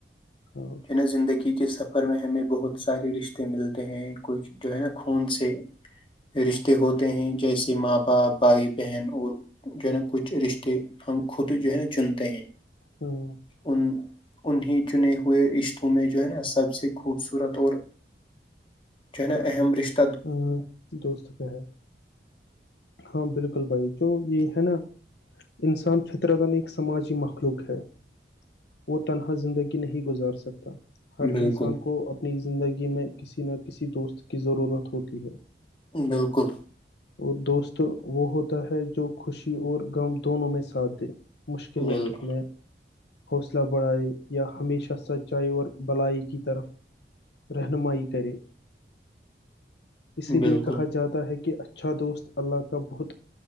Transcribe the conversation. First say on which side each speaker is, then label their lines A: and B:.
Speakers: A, on the left; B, on the left.
A: <unintelligible>
B: نا زندگی کے سفر میں ہمیں بہت سارے رشتے ملتے ہیں کچھ جو ہے نا خون سے رشتے ہوتے ہیں جیسے ماں باپ بھائی بہن اور جو ہے نا کچھ رشتے ہم خود جو ہے نا چنتے ہیں
A: ہوں
B: ان انیں چنے ہوئے رشتوں میں جو ہے نا سب سے خوبصورت اور جواہ ن ام رشتے
A: ا دوست کا ہے ہاں بالکل بھائی جو یہ ہے نا انسان فطرتن ایک سماجی مخلوق ہے وہ تنہا زندگی نہیں گزار سکتا ہر
B: بالکل
A: انسان کو اپنی زندگی میں کسی نہ کسی دوست کی ضرورت ہوتی ہے
B: بالکل
A: اور دوست تو وہ ہوتا ہے جو خوشی اور غم دونوں میں ساتھ دے مشکل
B: بالکل
A: وقت میں حوصلہ بڑھائے یا ہمیشہ سچائی اور بلائی کی طرف رہنمائی کرے اسی
B: بالکل
A: لیے کہا جاتا ہے کہ اچھا دوست اللہ کا بہت